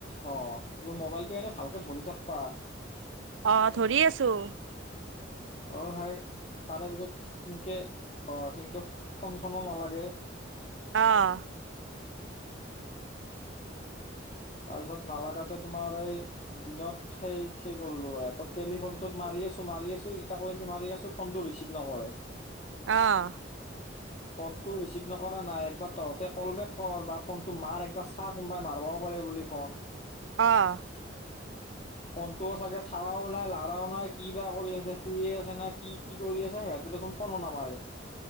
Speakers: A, on the left; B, on the right.
A: অ, বোলো মোবাইলটো এনেই ভালকে ধৰি থাকবা।
B: অ, ধৰি আছোঁ।
A: অ সেই তাৰে পিছত সেনকে অ সেনকে ফন চনো নালাগে।
B: অহ।
A: তাৰপিছত নালাগাতে তোমাৰ এই দিনত সেই কি কলো এ তই টেলিফোন টোত মাৰি আছো মাৰি আছো, ইটাক লাগি মাৰি আছো ফোন টো ৰিচিভ নকৰে। <inaudible>
B: অহ।
A: <inaudible> ফোন টো ৰিচিভ নকৰা নাই একবাৰ তহঁতে কল বেক কৰ বা ফোনটো মাৰ একবাৰ চা কোনোবা মাৰব। কৰে বুলি ফোন।
B: অঁহ।
A: ফোনটোও চাগে চাৱাও নাই লাৰাও নাই কি বা কৰি আছে, শুইে আছে না কি কি কৰি আছে সিহঁতে দেখোন। ফনো নামাৰে